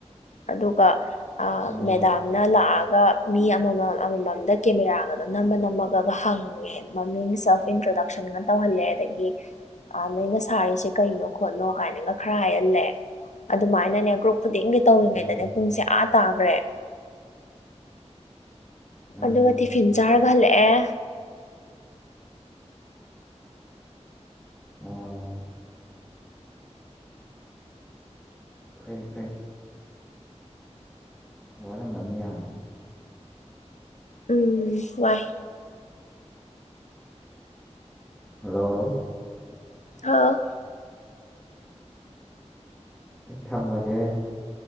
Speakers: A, on the left; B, in the centre.
A: ꯑꯗꯨꯒ ꯑ
B: ꯎꯝ
A: ꯃꯦꯗꯥꯝꯅ ꯂꯥꯛꯑꯒ ꯃꯤ ꯑꯃꯃꯝ ꯑꯃꯃꯝꯗ ꯀꯦꯃꯦꯔꯥꯒꯗꯣ ꯅꯝ ꯅꯝꯃ ꯅꯝꯃꯒꯒ ꯍꯪꯉꯦ ꯃꯃꯤꯡ ꯁꯦꯜꯐ ꯏꯟꯇ꯭ꯔꯗꯛꯁꯟꯒ ꯇꯧꯍꯜꯂꯦ ꯑꯗꯒꯤ ꯑ ꯅꯣꯏꯅ ꯁꯥꯔꯤꯁꯦ ꯀꯩꯅꯣ ꯈꯣꯠꯅꯣ ꯀꯥꯏꯅꯒ ꯈꯔ ꯍꯥꯏꯍꯜꯂꯦ ꯑꯗꯨꯃꯥꯏꯅꯅꯦ ꯒ꯭ꯔꯨꯞ ꯈꯨꯗꯤꯡꯒꯤ ꯇꯧꯔꯤꯉꯩꯗꯅꯦ
B: ꯎꯝ
A: ꯄꯨꯡꯁꯦ ꯑꯥ ꯇꯥꯒ꯭ꯔꯦ
B: ꯎꯝ
A: ꯑꯗꯨꯒ ꯇꯤꯐꯤꯟ ꯆꯥꯔꯒ ꯍꯜꯂꯛꯑꯦ
B: ꯑꯣ ꯐꯩ ꯐꯩ ꯋꯥꯔꯝꯃꯅꯤ ꯌꯥꯝ
A: ꯎꯝ ꯋꯥꯏ
B: ꯍꯜꯂꯣ
A: ꯍꯥꯎ
B: ꯊꯝꯃꯒꯦ